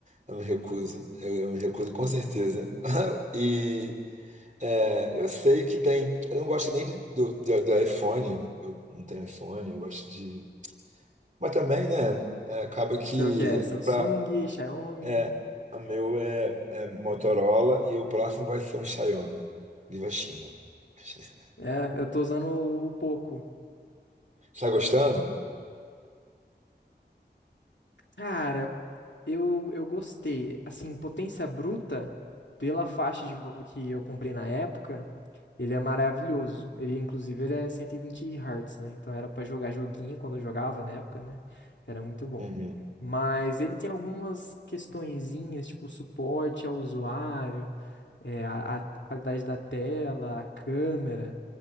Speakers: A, on the right; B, on the left.
A: eu me recuso, eu, eu me recuso com
B: Hum.
A: certeza. <laughs> E é, eu sei que tem, eu não gosto nem de- do, do, do iPhone, eu não tenho iPhone, eu gosto de, mas também, né? é, acaba que
B: Sei o que é. Samsung,
A: para
B: Xiaomi.
A: é, o meu é, é Motorola e o próximo vai ser um Xiaomi. Viva a China. <laughs>
B: É, eu tô usando o o Poco.
A: Tá gostando?
B: Cara, eu, eu gostei. Assim, Potência Bruta, pela faixa de voo que eu comprei na época, ele é maravilhoso. Ele, inclusive, ele é 120 Hz, né? Então era pra jogar joguinho quando eu jogava na época, né? Era muito bom.
A: Uhum.
B: Mas ele tem algumas questõezinhas, tipo suporte ao usuário, é, a, a qualidade da tela, a câmera,